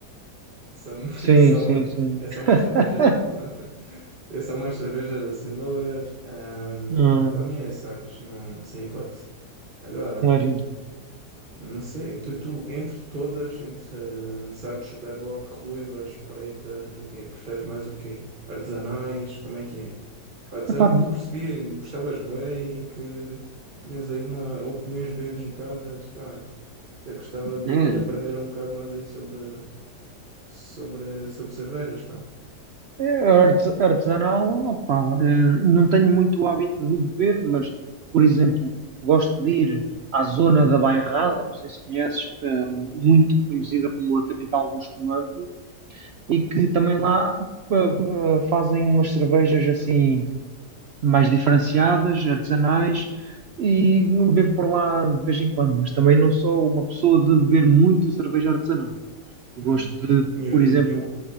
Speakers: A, on the right; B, on the right.
A: São, <laughs>
B: Sim,
A: são,
B: sim, sim.
A: é só
B: <laughs>
A: mais cervejas. <laughs> É só mais cervejas assim loiras. Ahm,
B: Hum,
A: para mim é Sagres, não, sem hipótese. Agora,
B: clarinho.
A: não sei, tu, tu entre todas, entre eh, Sagres, Superboc, ruivas, pretas, o quê? Preferes mais o quê? Artesanais, como é que é? Pá, disseram-me
B: Epá,
A: que tu percebias, gostavas bem e que tinhas aí uma opiniões bem vincadas. Pá, até gostava de,
B: É,
A: de aprender um bocado mais aí sobre, sobre, sobre cervejas, pá.
B: É, arte- Artesanal, opá, eh, não tenho muito o hábito de beber, mas, por exemplo, gosto de ir à zona da Bairrada, não sei se conheces, que é muito conhecida como a capital do espumante, e que também lá pa- pa- fazem umas cervejas assim mais diferenciadas, artesanais, e bebo por lá de vez em quando, mas também não sou uma pessoa de beber muito cerveja artesanal. Gosto
A: Hum.
B: de,
A: E o.
B: por
A: e
B: exemplo,
A: o- e o-